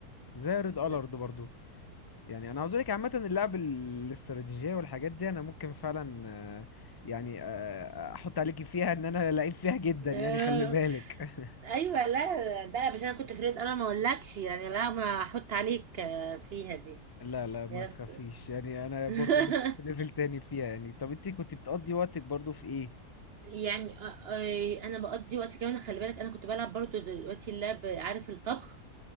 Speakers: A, on the left (about 30°); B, on the right (about 65°).
A: زي ريد الارد
B: لا
A: برضو يعني انا عاوز لك عامه اللعب الاستراتيجيه والحاجات دي انا ممكن فعلا آه، يعني آه، آه، احط عليكي فيها ان انا لعيب فيها جدا
B: <laughs>
A: يعني
B: آه.
A: خلي بالك <laughs>
B: ايوه لا ده بس انا كنت فريد انا ما اقولكش يعني لا ما احط عليك آه، فيها دي
A: لا لا ما
B: يس
A: تخافيش يعني انا
B: <laughs>
A: برضو ليف- ليفل تاني فيها يعني طب انت كنت بتقضي وقتك برضو في ايه
B: يعني آه، آه، انا بقضي وقتي كمان خلي بالك انا كنت بلعب برضو دلوقتي اللعب عارف الطبخ